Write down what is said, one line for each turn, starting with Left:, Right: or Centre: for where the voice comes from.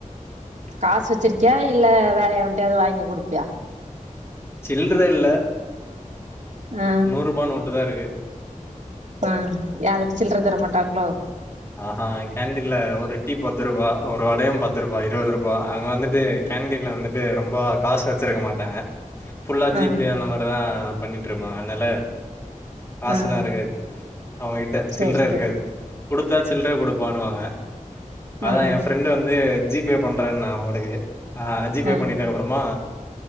Right: காசு வச்சிருக்கியா இல்ல வேற எவன்ட்டயாது வாங்கி குடுப்பியா
Left: சில்ர இல்ல
Right: ஆ
Left: நூறுபா நோட்டு தா இருக்கு
Right: ஆ ஏ அதுக்கு சில்ற தர மாட்டாங்ளோ
Left: ஆஹா கேண்டீன்ல ஒரு டீ பத்து ரூபா ஒரு வடையு பத்து ரூபா இருவது ரூபா அங்க வந்துட்டு கேண்டீன்ல வந்துட்டு ரொம்ப காசு வச்சிருக்க மாட்டாங்க ஃபுல்லா
Right: ஆ
Left: ஜி பே அந்த மாரிதா பண்ணிட்டு இருப்பாங்க அதனால காசுலா
Right: ஆ
Left: இருக்காது அவங்ககிட்ட
Right: சரி
Left: சில்ர
Right: சரி
Left: இருக்காது குடுத்தா சில்ர குடுப்பானுவாங்க அதா
Right: ஆ ஆ
Left: ஏ ஃப்ரெண்டு வந்து ஜி பே பண்றே நா உனக்கு ஆ ஜி பே
Right: ஆ
Left: பண்ணிட்டதுக்கு அப்பறமா